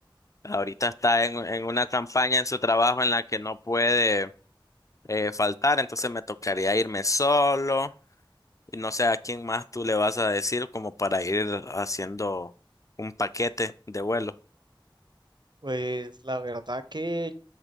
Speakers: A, on the left; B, on the right.
A: ahorita está en, en una campaña en su trabajo en la que no puede eh, faltar, entonces me tocaría irme solo. Y no sé a quién más tú le vas a decir como para ir haciendo un paquete de vuelo.
B: Pues la verdad que